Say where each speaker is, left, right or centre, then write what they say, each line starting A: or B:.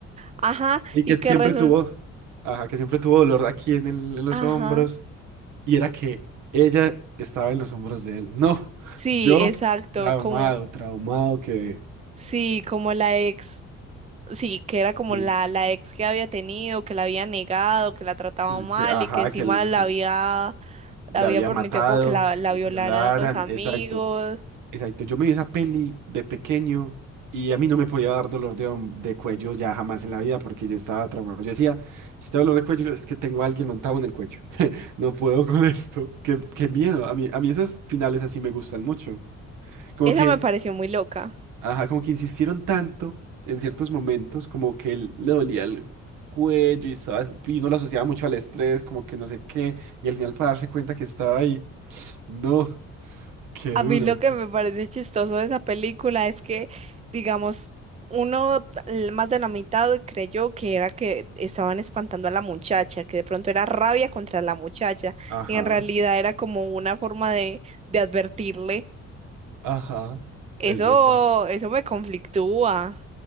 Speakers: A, on the right; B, on the right.
A: Ajá,
B: Y que
A: y que
B: siempre
A: resulta,
B: tuvo, ajá, que siempre tuvo dolor aquí en el- en los
A: ajá,
B: hombros. Y era que ella estaba en los hombros de él. No,
A: sí,
B: yo
A: exacto,
B: traumado,
A: como,
B: traumado que,
A: sí, como la ex. Sí, que era como
B: sí,
A: la, la ex que había tenido, que la había negado, que la trataba
B: que,
A: mal
B: que, ajá,
A: y que encima
B: que él
A: la había,
B: la
A: la había
B: había
A: permitido
B: matado,
A: como que la, la
B: le
A: violaran
B: violaran,
A: los amigos.
B: exacto, exacto. Yo me vi esa peli de pequeño y a mí no me podía dar dolor de, hom- de cuello ya jamás en la vida porque yo estaba traumado. Yo decía, si tengo dolor de cuello es que tengo a alguien montado en el cuello. <laughs> No puedo con esto. Qué, qué miedo. A mí, a mí esos finales así me gustan mucho. Como
A: Esa
B: que
A: me pareció muy loca.
B: Ajá, como que insistieron tanto en ciertos momentos, como que él le dolía el cuello y, estaba- y uno lo asociaba mucho al estrés, como que no sé qué, y al final para darse cuenta que estaba ahí. No, qué
A: A
B: duro.
A: mí lo que me parece chistoso de esa película es que, digamos, uno l- más de la mitad creyó que era que estaban espantando a la muchacha, que de pronto era rabia contra la muchacha
B: Ajá,
A: y en realidad era como una forma de, de advertirle.
B: Ajá,
A: Eso,
B: es verdad.
A: eso me conflictúa.